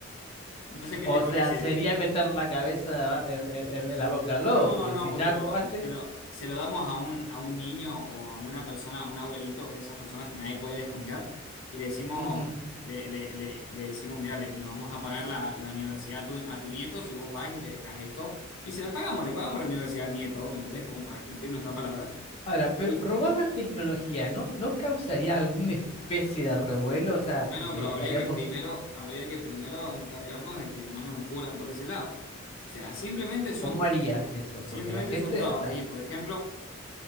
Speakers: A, on the left; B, on the left.
A: No sé qué
B: o
A: te parece
B: sea, sería
A: eso.
B: meter la cabeza aba- en, en- en la boca al lobo,
A: No,
B: pues
A: no,
B: si
A: porque
B: ya
A: lo,
B: robaste.
A: se lo, se lo damos a un, a un niño o a una persona, a un abuelito de esas personas que nadie puede desconfiar, y le decimos,
B: ujú.
A: le, le- le- le decimos, mira, le, le vamos a pagar la, la universidad a tu, a tu nieto si vos vas y le dejas esto, y se la pagamos, le pagamos la universidad al nieto, ¿me entendés? Como para cumplir nuestra palabra.
B: Ahora, pero
A: Y
B: robar la tecnología, ¿no, no causaría alguna especie de revuelo? O sea,
A: bueno,
B: porque
A: pero
B: estaríamos,
A: habría que primero, habría que primero encargarnos de que no nos descubran por ese lado. O sea, simplemente son,
B: ¿cómo harías eso?
A: simplemente
B: Porque la gente,
A: son trabas
B: o sea...
A: ahí. Por ejemplo,